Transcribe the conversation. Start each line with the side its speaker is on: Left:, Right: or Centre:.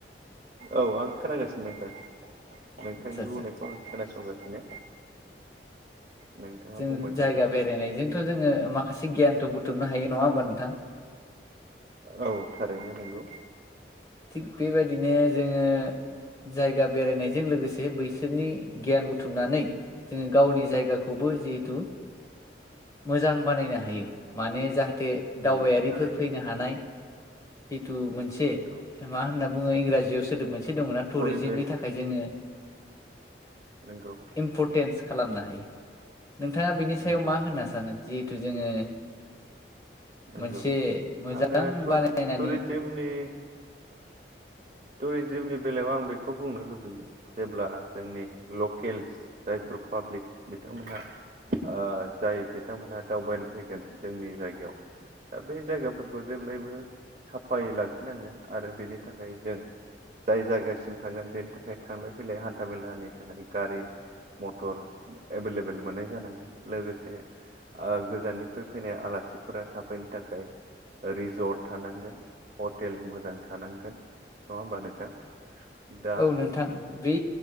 Right: औ आं खोनागासिनो नोंथां नोंथांनि
Left: आदसा आदसा
Right: बुंनायखौ आं खोनासंगासिनो नोंथाङा
Left: जों
Right: बुंबाय थानो
Left: जायगा
Right: हागोन
Left: बेरायनायजोंथ'
Right: दे
Left: जोङो माखासे गियान थ' बुथुमनो हायो नङा होमबा नोंथां
Right: औ थारैनो नंगौ
Left: थिग बेबायदिनो जोङो जायगा बेरायनायजों लोगोसे बैसोरनि गियान बुथुमनानै जोङो गावनि जायगाखौबो जिहेथु मोजां बानायनो हायो। माने जाहाथे
Right: नंगौ
Left: दावबायारिफोर
Right: थारैनो
Left: फैनो हानाय जिथु मोनसे
Right: नंगौ।
Left: मा होनना बुङो इंराजियाव सोदोब मोनसे दङ ना टुरिजिमनि
Right: परिबेस
Left: थाखाय जोङो
Right: नंगौ
Left: इम्पर्टेन्स खालामनो हायो नोंथाङा बेनि सायाव
Right: नंगौ
Left: मा होनना सानो जिहेथु जोङो
Right: नंगौ
Left: मोनसे मोजां
Right: आङो
Left: बानायनानै
Right: टुरिजिमनि टुरिजिमनि बेलायाव आं बेखौ बुंनो लुबैयो जेब्ला जोंनि लकेल्स जाय रिपाब्लिक बिथांमोनहा ओ-जाय बिथांमोनहा दावबायनो फैगोन जोंनि जायगायाव दा बे जायगाफोरखौ जों जेब्लायबो साफायै लाखिनांगोन आरो बेनि थाखाय जों जाय जायगासिम थांगोन बेनि थाखाय थांलाय फैलाय हान्था बेलानि थाखाय गारि मटर एभेलेबेल मोननाय जानांगोन लोगोसे ओ गोजाननिफ्राय फैनाय आलासिफोरा थाफैनो थाखाय रिजर्ट थानांगोन हटेल मोजां थानांगोन नङा होमबा नोंथां? दा
Left: औ नोंथां बे